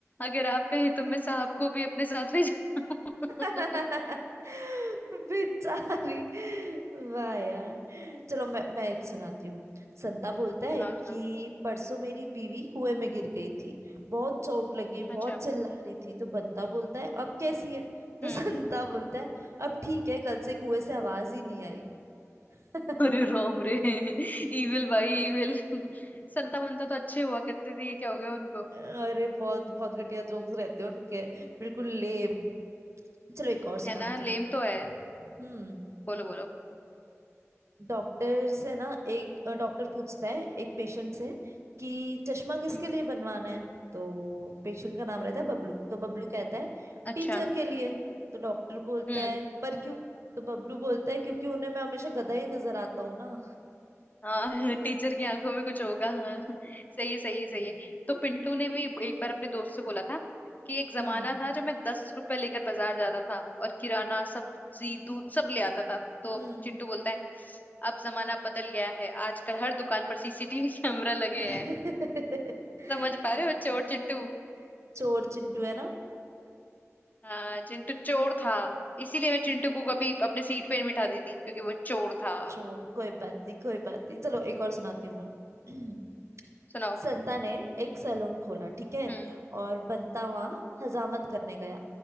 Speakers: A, on the left; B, on the right.
A: अगर आप कहें
B: <laughs>
A: तो मैं साहब को भी अपने साथ ले जाऊं
B: <laughs> बेचारी वाह यार चलो मैं मैं एक सुनाती हूँ संता बोलता है
A: <laughs> सुनाओ सुनाओ
B: कि परसों मेरी बीवी कुएं में गिर गई थी बहुत चोट लगी
A: अच्छा
B: बहुत चिल्ला रही थी तो बंता बोलता है अब कैसी है तो
A: हम्म
B: संता बोलता है अब ठीक है कल से कुएं से आवाज ही नहीं आई <laughs>
A: अरे राम रे इविल भाई इविल <laughs> संता मंता तो अच्छे हुआ करते थे ये क्या हो गया उनको
B: अरे बहुत बहुत घटिया जोक्स रहते हैं उनके बिल्कुल लेम चलो एक और सुनाती
A: है ना लेम
B: हूँ
A: तो है
B: हम्म
A: बोलो बोलो
B: डॉक्टर से ना एक अ, डॉक्टर पूछता है एक पेशेंट से कि चश्मा किसके
A: हम्म,
B: लिए बनवाना है तो पेशेंट का नाम रहता है बबलू तो बबलू कहता है
A: अच्छा
B: टीचर के लिए तो डॉक्टर बोलता
A: हम्म
B: है पर क्यों तो बबलू बोलता है क्योंकि उन्हें मैं हमेशा गधा ही नजर आता हूँ ना
A: हाँ <laughs>
B: <laughs>
A: टीचर की आंखों में कुछ होगा हाँ <laughs> सही है सही है सही है तो पिंटू ने भी एक बार अपने दोस्त से बोला था कि एक जमाना
B: हम्म
A: था जब मैं दस रुपए लेकर बाजार जाता था और किराना सब्जी दूध सब ले आता था तो
B: हम्म
A: चिंटू बोलता है अब जमाना बदल गया है आजकल हर दुकान पर सीसीटीवी <laughs> कैमरा लगे
B: <laughs>
A: हैं समझ पा रहे हो चोर चिंटू
B: चोर चिंटू है ना
A: हाँ चिंटू चोर था इसीलिए मैं चिंटू को कभी अपने सीट पे नहीं बिठाती थी क्योंकि वो चोर था
B: चोर कोई बात नहीं कोई बात नहीं चलो एक और सुनाती हूँ मैं <clears throat>
A: सुनाओ
B: संता ने एक सैलून खोला ठीक है
A: हम्म
B: और बंता वहां हजामत करने गया